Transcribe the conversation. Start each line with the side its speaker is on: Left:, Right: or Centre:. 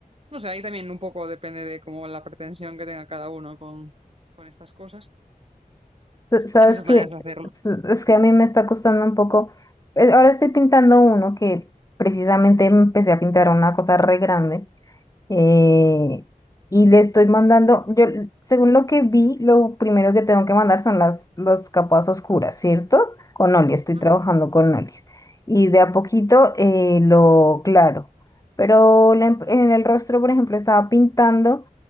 Right: No sé, ahí también un poco depende de como la pretensión que tenga cada uno con, con estas cosas.
Left: Sa- Sabes
Right: Hay muchas
Left: que
Right: maneras de hacerlo.
Left: s- es que a mí me está costando un poco. eh, Ahora estoy pintando uno que precisamente empecé a pintar una cosa re grande eh, y le estoy mandando, yo, según lo que vi, lo primero que tengo que mandar son las, las capas oscuras, ¿cierto? Con óleo, estoy
Right: Ujú.
Left: trabajando con óleo. Y de a poquito eh, lo claro. Pero la em- en el rostro, por ejemplo, estaba pintando